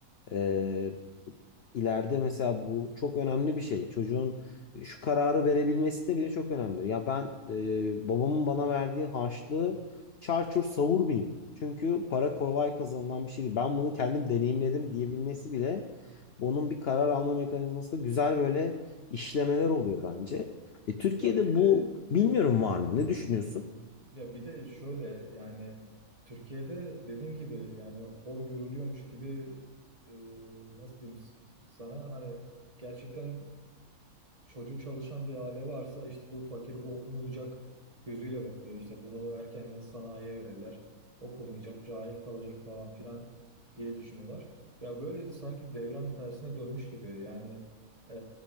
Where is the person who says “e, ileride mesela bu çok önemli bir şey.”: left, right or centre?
Left